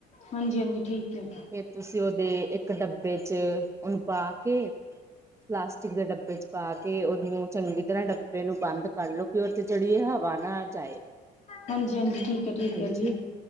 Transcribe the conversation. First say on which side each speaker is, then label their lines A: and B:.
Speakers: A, on the left; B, on the right.
A: ਹਾਂਜੀ ਹਾਂਜੀ ਠੀਕ ਹੈ।
B: ਫੇਰ ਤੁਸੀਂ ਉਹਦੇ ਇੱਕ ਡੱਬੇ ਚ ਓਨੂੰ ਪਾ ਕੇ ਪਲਾਸਟਿਕ ਦੇ ਡੱਬੇ ਚ ਪਾ ਕੇ ਉਹਨੂੰ ਚੰਗੀ ਤਰ੍ਹਾਂ ਡੱਬੇ ਨੂੰ ਬੰਦ ਕਰ ਲਓ ਕਿ ਉਹ ਚ ਜੇੜੀ ਏਹ ਹਵਾ ਨਾ ਜਾਏ।
A: ਹਾਂਜੀ ਹਾਂਜੀ ਠੀਕ। ਹੈ ਠੀਕ
B: ਹਾਂਜੀ।
A: ਹੈ ਜੀ